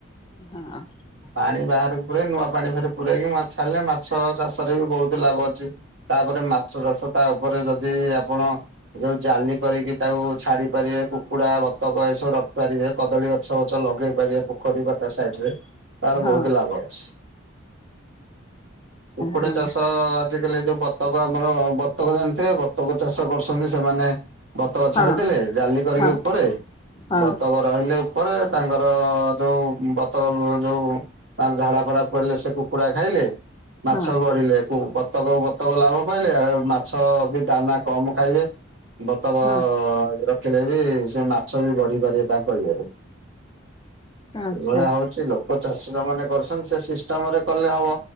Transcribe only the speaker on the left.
ହଁ।
ହଁ
ହଁ
ହଁ
ହଁ
ହଁ
ହଁ
ହଁ
ଆଚ୍ଛା